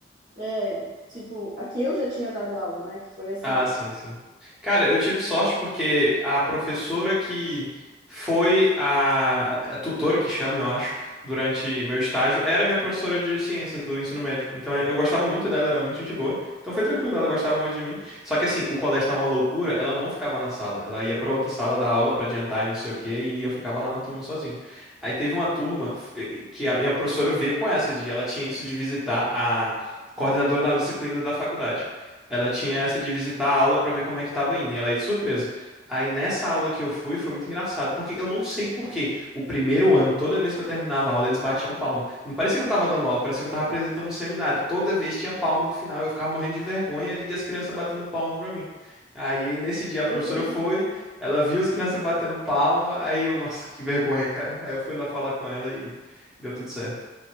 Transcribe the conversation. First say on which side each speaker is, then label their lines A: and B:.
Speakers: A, on the right; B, in the centre.
A: É, tipo, aqui eu já tinha dado aula, né? Que foi assim.
B: Ah, sim, sim. Cara, eu tive sorte porque a professora que foi a, a tutora que chama, eu acho, durante meu estágio, era minha professora de ciências do ensino médio. Então eu gostava muito dela, era muito gente boa. Então foi
A: É,
B: tranquilo, ela gostava muito de mim. Só que assim, o colégio tava uma loucura, ela não ficava na sala. Ela ia pra outra sala dar aula pra adiantar e não sei o quê, e eu ficava lá na turma sozinho. Aí teve uma turma f- que a minha professora veio com essa de, ela tinha isso de visitar a coordenadora da disciplina da faculdade. Ela tinha essa de visitar a aula pra ver como é que tava indo, e ela ia de surpresa. Aí nessa aula que eu fui, foi muito engraçado, porque eu não sei por quê. O primeiro ano, toda vez que eu terminava a aula, eles batiam palma. Não parecia que eu tava dando aula, parecia que eu tava apresentando um seminário. Toda vez tinha palma no final, eu ficava morrendo de vergonha e as crianças batendo palma pra mim. Aí nesse dia
A: eu,
B: a professora
A: hein?
B: foi, ela viu as crianças batendo palma, aí eu, nossa, que vergonha, cara. Aí eu fui lá falar com ela e deu tudo certo.